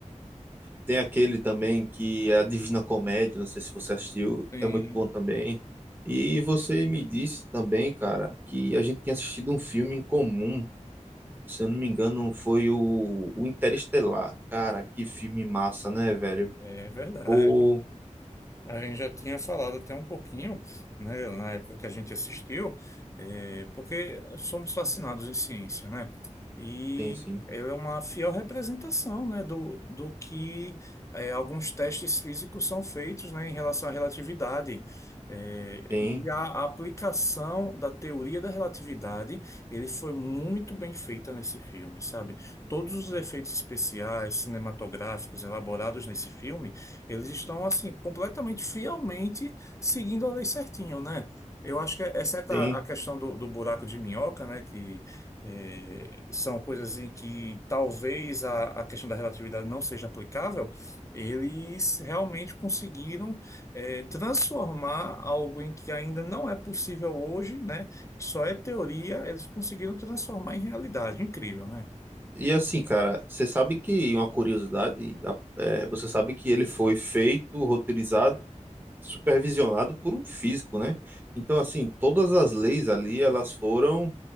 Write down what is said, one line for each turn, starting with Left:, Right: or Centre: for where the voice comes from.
Right: tem aquele também que é a Divina Comédia, não sei se você assistiu,
Left: Sim,
Right: é muito bom também. E você me disse também, cara, que a gente tinha assistido um filme em comum. Se eu não me engano, foi o, o Interestelar. Cara, que filme massa, né, velho?
Left: é verdade.
Right: Pô,
Left: A gente já tinha falado até um pouquinho, né, na época que a gente assistiu, eh, porque somos fascinados em ciência, né? E
Right: tem sim,
Left: ela é uma fiel representação, né, do, do que eh, alguns testes físicos são feitos, né, em relação à relatividade. Eh,
Right: tem,
Left: e a aplicação da teoria da relatividade, ele foi muito bem feita nesse filme, sabe? Todos os efeitos especiais, cinematográficos elaborados nesse filme eles estão, assim, completamente, fielmente seguindo a lei certinho, né? Eu acho que, exceto
Right: tem.
Left: a, a questão do, do buraco de minhoca, né, que eh, são coisas em que talvez a, a questão da relatividade não seja aplicável, eles realmente conseguiram eh, transformar algo em que ainda não é possível hoje, né, que só é teoria, eles conseguiram transformar em realidade. Incrível, né?
Right: E assim, cara, você sabe que uma curiosidade, a- é, você sabe que ele foi feito, roteirizado supervisionado por um físico, né? Então, assim, todas as leis ali, elas foram,